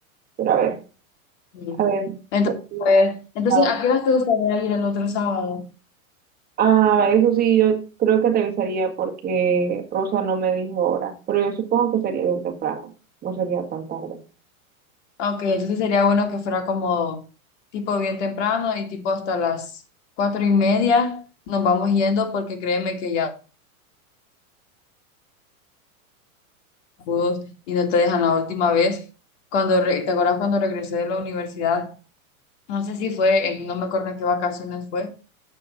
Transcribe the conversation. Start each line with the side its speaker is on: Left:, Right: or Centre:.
Right: Pero a ver,
Left: Mm.
Right: a ver.
Left: Entonces,
Right: pues,
Left: a ver, entonces,
Right: Ah,
Left: ¿a qué horas te gustaría ir el otro sábado?
Right: ah, eso sí, yo creo que te avisaría porque Rosa no me dijo hora, pero yo supongo que sería bien temprano, no sería tan tarde.
Left: Ah, Ok, entonces sería bueno que fuera como tipo bien temprano y tipo hasta las cuatro y media nos vamos yendo porque créeme que ya pudos y no te dejan la última vez. Cuando re- ¿te acuerdas cuando regresé de la universidad? no sé si fue, en- no me acuerdo en qué vacaciones fue,